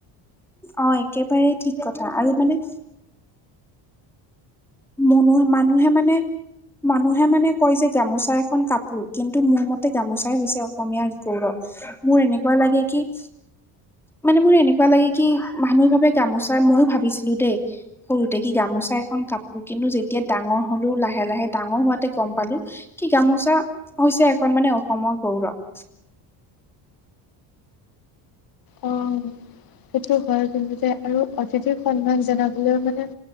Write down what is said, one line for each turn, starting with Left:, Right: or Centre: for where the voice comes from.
Centre: অ একেবাৰে ঠিক কথা আৰু মানে মনো মানুহে মানে মানুহে মানে কৰিছে গামোচা এখন কাপোৰ কিন্তু মোৰ মতে গামোচাই হৈছে অসমীয়াৰ গৌৰৱ মোৰ এনেকুৱা লাগে কি মানে মোৰ এনেকুৱা লাগে কি মানুহে ভাৱে গামোচা ময়ো ভাবিছিলো দেই- সৰুতে কি গামোচা এখন কাপোৰ। কিন্তু যেতিয়া ডাঙৰ হলো লাহে লাহে ডাঙৰ হোৱাতে গম পালো কি গামোচা হৈছে এখন মানে অসমৰ গৌৰৱ।
Left: অ', সেইটো হয় কিন্তু যে আৰু অতিথিৰ সন্মান জনাবলৈ মানে